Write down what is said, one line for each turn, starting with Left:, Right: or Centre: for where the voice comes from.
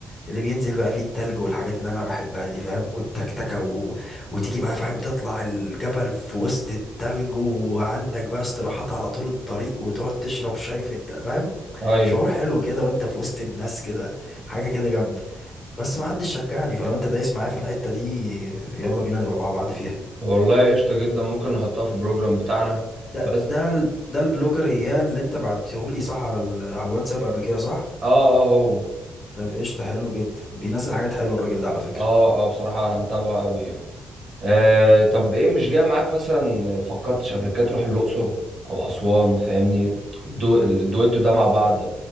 Left: اللي بينزل بقى فيه التلج والحاجات اللي انا بحبها دي فاهم والتكتكة و... وتيجي بقى فاهم تطلع الجبل في وسط التلج وعندك بقى استراحات على طول الطريق وتقعد تشرب شاي في الت... فاهم
Right: ايوه
Left: شعور حلو كده وانت في وسط الناس كده حاجة كده جامدة بس ما حدش شجعني فلو انت دايس معايا في الحتة دي يلا بينا نبقى مع بعض فيها
Right: والله قشطه جدا ممكن نحطها في البروجرام بتاعنا
Left: ده
Right: بس
Left: ده ال- ده البلوجر اياه اللي انت بعتهولي صح على ال... على الواتساب قبل كده صح
Right: اه اه هو
Left: طب قشطة حلو جدا بينزل حاجات حلوة الراجل ده على فكرة
Right: اه اه بصراحة انا متابعه قوي يعني آه طب ايه مش جاي معاك مثلا فكرتش قبل كده تروح الاقصر او اسوان فاهمني الدو...
Left: امم
Right: الدويتو ده مع بعض